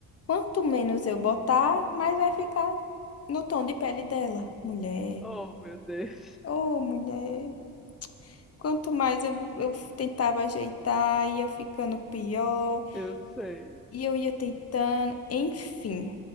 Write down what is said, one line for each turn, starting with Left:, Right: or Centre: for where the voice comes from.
Left: Quanto menos eu botar, mais vai ficar no tom de pele dela. Mulher,
Centre: Oh, meu Deus.
Left: ô mulher. Quanto mais eu, eu tentava ajeitar, ia ficando pior.
Centre: Eu sei.
Left: E eu ia tentando. Enfim,